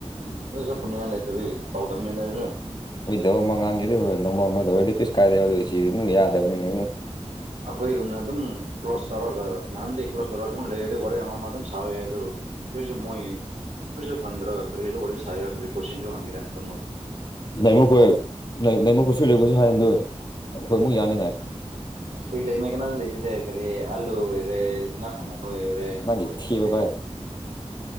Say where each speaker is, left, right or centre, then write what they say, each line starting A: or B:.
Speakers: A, on the right; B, on the left.
A: ꯎ ꯀꯔꯤꯁꯨ ꯈꯨꯅꯤꯡꯉꯥꯏ ꯂꯩꯇꯦꯕꯩ ꯇꯧꯗꯕꯅꯤꯗꯁꯨ
B: ꯑꯣꯏꯗꯕ ꯃꯉꯥꯡꯒꯤꯦꯗꯤ ꯍ ꯅꯣꯡꯃ ꯑꯃꯗ ꯑꯣꯏꯗꯤ ꯀꯩꯁ ꯀꯥꯏꯗꯦ ꯁꯤ ꯌꯥꯗꯕꯅꯤꯅꯦ
A: ꯑꯩꯈꯣꯏꯒꯨꯝꯅ ꯑꯗꯨꯝ ꯀ꯭ꯂꯣꯁ ꯇꯧꯔꯒ ꯅꯍꯥꯟꯗꯤ ꯀ꯭ꯂꯣꯁ ꯇꯧꯔꯒ ꯑꯗꯨꯝ ꯂꯩꯔ ꯑꯗꯨ ꯋꯥꯔꯤ ꯑꯃ ꯑꯃ ꯑꯗꯨꯝ ꯁꯥꯕ ꯌꯥꯏ ꯑꯗꯨ ꯀꯔꯤꯁꯨ ꯃꯣꯏ ꯀꯔꯤꯁꯨ ꯈꯪꯗ꯭ꯔꯒ ꯀꯔꯤꯁꯨ ꯋꯥꯔꯤ ꯁꯥꯥꯏꯒꯦꯔꯥ ꯀꯔꯤ ꯀꯣꯏꯁꯟꯁꯨ ꯍꯪꯒꯦꯔꯥꯗ ꯃꯣꯏ
B: ꯅꯃꯨꯈꯣꯏ ꯅꯃꯈꯣꯏ ꯐꯤꯜꯂꯤꯒꯁꯨ ꯍꯥꯏꯌꯦꯗꯨ ꯑꯩꯈꯣꯏ ꯑꯃꯨꯛ ꯌꯥꯅꯤꯉꯥꯏ
A: ꯐ ꯂꯩ ꯃ ꯀꯅꯥ ꯂꯩꯇꯗꯔ ꯀꯔꯦ ꯑꯜꯂꯨ ꯑꯣꯏꯦꯔꯦ ꯉ ꯈꯥꯟ ꯍꯣꯏꯔꯦ
B: ꯃꯥꯒꯤ
A: ꯃꯍꯣꯏ
B: ꯊꯤꯕ
A: ꯀꯗꯤ
B: ꯚꯥꯏ